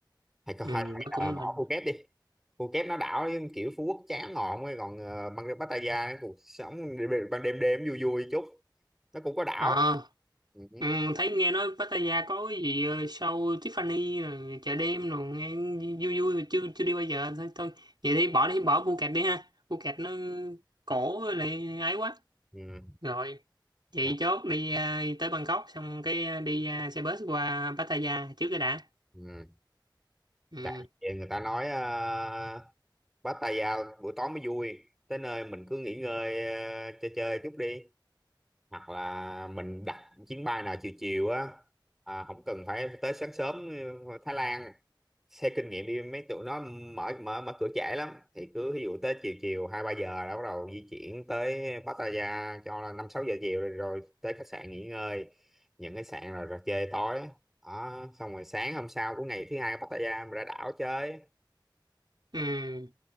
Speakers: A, in the centre; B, on the right.
A: hay có
B: ừ,
A: hay hay
B: nó
A: là
B: cũng là
A: bỏ Phuket đi Phuket nó đảo kiểu Phú Quốc chán ngọn ấy còn ờ, bang Pattaya cuộc sống đêm- ban đêm đêm vui vui chút nó cũng có đảo
B: à,
A: ừ.
B: ừ, thấy nghe nói Pattaya có cái gì ờ, show Tiffany rồi chợ đêm rồi nghe vui vui mà chưa chưa đi bao giờ thôi thôi vậy thì bỏ đi bỏ Phuket đi ha Phuket nó cổ với lại ấy quá
A: Ừ.
B: Rồi, chị
A: Ừ.
B: chốt đi, à, đi tới Bangkok xong cái à, đi à, xe bus qua Pattaya trước cái đã.
A: Ừ.
B: Ừ,
A: Tại vì người ta nói uh, bắt tay vào buổi tối mới vui tới nơi mình cứ nghỉ ngơi ờ, chơi chơi chút đi hoặc là mình đặt chuyến bay nào chiều chiều á à, không cần phải tới sáng sớm ờ, Thái Lan xe kinh nghiệm đi mấy tụi nó mở mở mở cửa trễ lắm thì cứ ví dụ tới chiều chiều hai ba giờ đã bắt đầu di chuyển tới Pattaya cho là năm sáu giờ chiều rồi, rồi tới khách sạn nghỉ ngơi những cái sạn là rồi chơi tối đó xong rồi sáng hôm sau của ngày thứ hai ở Pattaya mình ra đảo chơi
B: ừ,